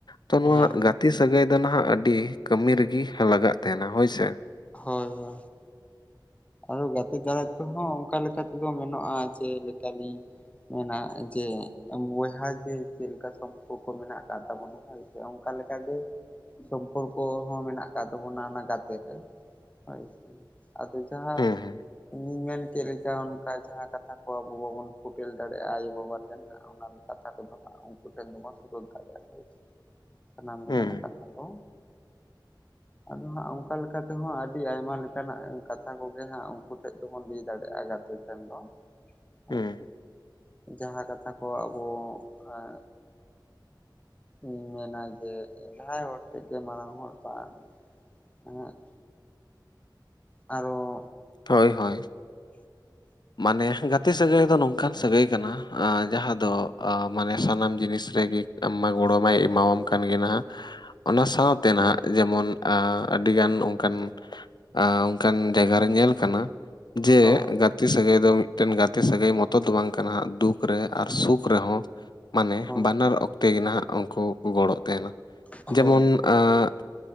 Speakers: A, on the left (about 65°); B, on the left (about 15°).
A: ᱛᱚ ᱱᱚᱣᱟ
B: ᱦᱮᱸ
A: ᱜᱟᱛᱮᱼᱼ ᱛᱤ ᱥᱟᱹᱜᱟᱹᱭ ᱫᱚ ᱱᱷᱟᱜ ᱟᱹᱰᱤ ᱠᱟᱹᱢᱤ ᱨᱤᱜᱤ ᱞᱟᱜᱟᱜ ᱛᱟᱦᱮᱸᱱᱟ ᱦᱳᱭ ᱥᱮ᱾
B: ᱦᱚᱭ ᱦᱚᱭ ᱟᱫᱚ ᱜᱟᱛᱮ ᱛᱟᱞᱟ ᱛᱮᱦᱚᱸ ᱚᱱᱠᱟ ᱞᱮᱠᱟ ᱛᱮᱫᱚ ᱢᱮᱱᱟᱜ-ᱟ, ᱡᱮ ᱞᱮᱠᱟ ᱞᱤᱧᱼᱼ ᱢᱮᱱᱟ ᱡᱮ ᱚ ᱵᱚᱭᱦᱟ ᱡᱮ ᱪᱮᱫᱠᱟ ᱥᱚᱢᱯᱚᱨᱠᱚ ᱢᱮᱱᱟᱜ ᱟᱠᱟᱫ ᱛᱟᱵᱚᱱᱟ? ᱦᱚᱭᱼᱼ ᱥᱮ ᱚᱱᱠᱟ ᱞᱮᱠᱟᱜᱮ ᱥᱚᱢᱯᱚᱨᱠᱚ ᱦᱚᱸ ᱢᱮᱱᱟᱜ ᱟᱠᱟᱫ ᱛᱟᱵᱚᱱᱟ ᱚᱱᱟ ᱜᱟᱛᱮ ᱜᱮ, ᱦᱳᱭ ᱥᱮ ᱟᱫᱚ ᱡᱟᱦᱟᱸ
A: ᱦᱩᱸ ᱦᱩᱸ
B: ᱤᱧᱤᱧ ᱧᱮᱞᱼᱼ ᱪᱮᱫ ᱞᱮᱠᱟ ᱚᱱᱠᱟ ᱡᱟᱦᱟᱸ ᱠᱟᱛᱷᱟ ᱠᱚ ᱟᱵᱚ ᱵᱟᱵᱚᱱ ᱯᱷᱚᱴᱮᱞ ᱫᱟᱲᱮᱭᱟᱜ-ᱟ ᱟᱭᱳᱼᱵᱟᱵᱟ ᱴᱷᱮᱱ ᱦᱟᱸᱜᱼᱼ ᱚᱱᱟᱱ ᱠᱟᱛᱷᱟ ᱠᱚᱫᱚ ᱦᱟᱸᱜ ᱩᱱᱠᱩ ᱴᱷᱮᱱ ᱫᱚ ᱵᱚᱱ ᱥᱚᱫᱚᱨ ᱫᱟᱲᱮᱭᱟᱜ-ᱟ, ᱦᱮᱸ ᱥᱮᱼᱼ ᱥᱟᱱᱟᱢ ᱞᱮᱠᱟᱱᱟᱜ
A: ᱦᱩᱸ
B: ᱠᱟᱛᱷᱟ ᱠᱚᱼᱼ ᱟᱫᱚ ᱦᱟᱸᱜ ᱚᱱᱠᱟ ᱞᱮᱠᱟ ᱛᱮᱦᱚᱸ ᱟᱹᱰᱤ ᱟᱭᱢᱟ ᱞᱮᱠᱟᱱᱟᱜᱼᱼ ᱠᱟᱛᱷᱟ ᱠᱚᱜᱮ ᱦᱟᱸᱜ ᱩᱱᱠᱩ ᱴᱷᱮᱡ ᱫᱚᱵᱚᱱ ᱞᱟᱹᱭ ᱫᱟᱲᱮᱭᱟᱜ-ᱟ ᱜᱟᱛᱮ ᱴᱷᱮᱱ ᱫᱚ, ᱦᱳᱭᱥᱮ
A: ᱦᱩᱸ
B: ᱡᱟᱦᱟᱸ ᱠᱟᱛᱷᱟ ᱠᱚ ᱟᱵᱚ ᱮᱸ ᱤᱧ ᱢᱮᱱᱟ ᱡᱮ ᱡᱟᱦᱟᱸᱭ ᱦᱚᱲ ᱛᱷᱮᱡᱜᱮ ᱢᱟᱨᱟᱝ ᱦᱚᱲ ᱵᱟᱝ, ᱮᱸᱦᱮᱜᱼᱼ ᱟᱨᱚᱼᱼ
A: ᱦᱳᱭᱼᱦᱳᱭ
B: <inaudible>
A: ᱢᱟᱱᱮ ᱜᱟᱛᱮ ᱥᱟᱹᱜᱟᱹᱭ ᱫᱚ ᱱᱚᱝᱠᱟᱱ ᱥᱟᱹᱜᱟᱹᱭ ᱠᱟᱱᱟ ᱡᱟᱦᱟᱸ ᱫᱚ ᱢᱟᱱᱮ ᱥᱟᱱᱟᱢ ᱡᱤᱱᱤᱥ ᱨᱮᱜᱮᱼᱼ ᱟᱢ ᱢᱟ ᱜᱚᱲᱚ ᱢᱟᱭ ᱮᱢᱟᱣᱟᱢ ᱠᱟᱱ ᱜᱮ ᱱᱷᱟᱼᱼ
B: <unintelligible>
A: ᱚᱱᱟ ᱥᱟᱸᱣᱛᱮ ᱱᱷᱟᱜ ᱡᱮᱢᱚᱱᱼᱼ ᱟᱸ ᱟᱹᱰᱤᱜᱟᱱ ᱚᱱᱠᱟᱱ ᱟᱸ ᱚᱱᱠᱟᱱ ᱡᱟᱭᱜᱟ ᱨᱮ ᱧᱮᱞ ᱠᱟᱱᱟ, ᱡᱮ
B: ᱦᱳᱭ
A: ᱜᱟᱛᱮ ᱥᱟᱹᱜᱟᱹᱭ ᱫᱚ ᱢᱤᱫᱴᱮᱱ ᱜᱟᱛᱮ ᱥᱟᱹᱜᱟᱹᱭ ᱢᱚᱛᱚ ᱫᱚ ᱵᱟᱝ ᱠᱟᱱᱟ, ᱫᱩᱠᱼᱼ ᱨᱮ ᱟᱨ
B: ᱦᱳᱭ
A: ᱥᱩᱠ ᱨᱮᱦᱚᱸ ᱢᱟᱱᱮ
B: ᱦᱳᱭ
A: ᱵᱟᱱᱟᱨ ᱚᱠᱛᱮ ᱜᱮ ᱱᱷᱟᱜ ᱩᱱᱠᱩ ᱠᱚ ᱜᱚᱲᱚᱜ ᱛᱟᱦᱮᱸᱱᱟ᱾
B: ᱦᱳᱭ
A: ᱡᱮᱢᱚᱱ ᱟᱸ ᱻ